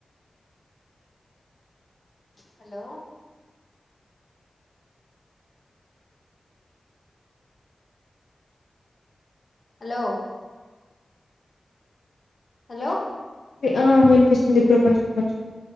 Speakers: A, on the left; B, on the left.
A: Hello hello. హలో.
B: ఆ వినిపిస్తుంది ఇప్పుడు కొంచెం కొంచెం.